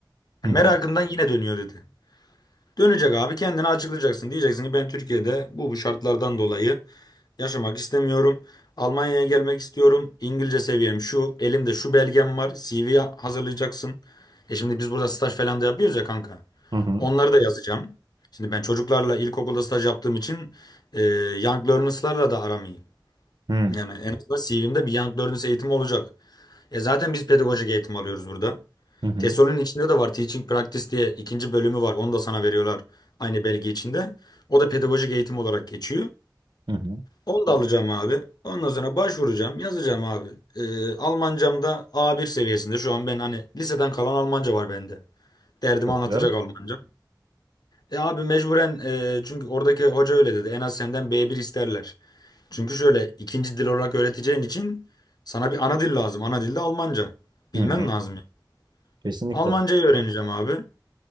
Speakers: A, on the right (about 70°); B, on the left (about 55°).
A: Hı
B: Yani
A: hı.
B: merakından yine dönüyor dedi. Dönecek abi kendini açıklayacaksın. Diyeceksin ki ben Türkiye'de bu bu şartlardan dolayı yaşamak istemiyorum. Almanya'ya gelmek istiyorum. İngilizce seviyem şu. Elimde şu belgem var. CV hazırlayacaksın. E şimdi biz burada staj falan da yapıyoruz ya kanka.
A: Hı hı.
B: Onları da yazacağım. Şimdi ben çocuklarla ilkokulda staj yaptığım için eee Young Learners'larla da aram iyi.
A: Hı hı.
B: Yani en azından CV'mde bir Young Learners eğitimi olacak. E zaten biz pedagojik eğitim alıyoruz burada.
A: Hı hı.
B: TESOL'ün içinde de var Teaching Practice diye ikinci bölümü var. Onu da sana veriyorlar aynı belge içinde. O da pedagojik eğitim olarak geçiyor.
A: Hı hı.
B: Onu da alacağım abi. Ondan sonra başvuracağım, yazacağım abi. Ee, Almancam da A1 seviyesinde. Şu an ben hani liseden kalan Almanca var bende. Derdimi
A: Çok
B: anlatacak
A: güzel.
B: Almanca. E abi mecburen e, çünkü oradaki hoca öyle dedi. En az senden B1 isterler. Çünkü şöyle ikinci dil olarak öğreteceğin için sana bir ana dil lazım. Ana dil de Almanca. Bilmen
A: Hı hı.
B: lazım yani.
A: Kesinlikle.
B: Almancayı öğreneceğim abi.